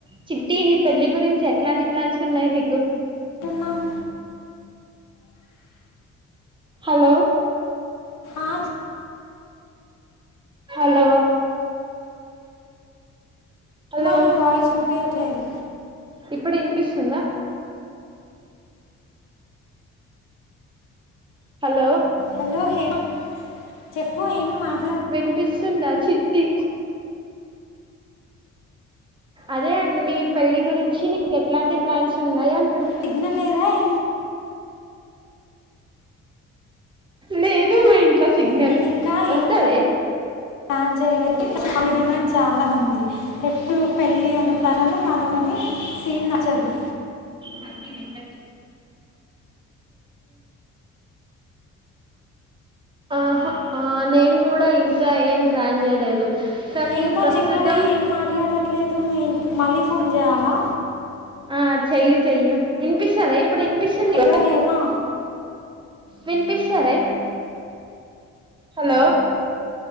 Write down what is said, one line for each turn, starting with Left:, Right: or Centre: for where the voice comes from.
Right: చిట్. చి నీ పెళ్ళి గురించి ఎట్లాంటి ప్లాన్స్ ఉన్నాయి నీకు.
Left: కొంటున్నావు
Right: హలో.
Left: ఆహ్.
Right: హలో. హలో
Left: హేమ నీ వాయిస్ వినిపియట్లేదు.
Right: ఇప్పుడు వినిపిస్తుందా. హలో
Left: హలో హేమ చెప్పు ఏమి మాట్
Right: వినిపిస్తుందా చిట్టి అదే మీ పళ్లి గురించి నీకు ఎట్లాంటి ప్లాన్స్ ఉన్నాయి అ
Left: సిగ్నల్ లేదా ఎం
Right: లేదు మా ఇంట్లో సిగ్నల్
Left: నేను ఇంకా
Right: వస్తా
Left: ఏం
Right: లే
Left: ప్లాన్ చేయలేదు కాని డిమాండ్ చాలా ఉంది ఎప్పుడు పెళ్ళి అనే ప్రారంలో మనవుని సీన్ నచ్చదు
Right: హ్యాపీ నే కదండి ఆహ ఆ నేను కూడా ఇంకా ఏం ప్లాన్ చేయలేదు కానీ
Left: హేమ
Right: ప్రస్తుతం
Left: చెప్పవే ఏం మాట్లాడట్లేదు మీ మళ్ళీ ఫోన్ చేయాలా
Right: ఆ చెయ్యు చెయ్యు ఇనిపిస్తదా ఇప్పుడు వినిపిస్తుంది
Left: హలో హేమ
Right: వినిపిస్తలదా ఇప్ హలో